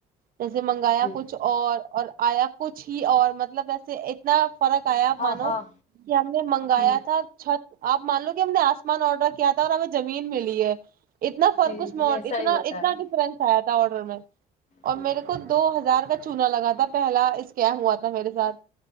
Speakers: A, on the right; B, on the left.
A: جیسے منگایا
B: جی
A: کچھ اور اور آیا کچھ ہی اور مطلب ویسے ایک اتنا فرق آیا
B: ہاں
A: مانو
B: ہاں
A: کہ ہم نے منگایا
B: جی
A: تھا چھت آپ مان لو کہ ہم نے آسمان آڈر کیا تھا اور ہمیں زمین ملی ہے اتنا فرق
B: جی
A: اس
B: جی
A: میں اور
B: ایسا
A: اتنا
B: ہی ہوتا
A: اتنا
B: ہے
A: ڈفرنس آیا تھا آڈر میں اور
B: جی
A: میرے
B: جی
A: کو دو ہزار کا چونا لگا تھا پہلا اسکم ہوا تھا میرے ساتھ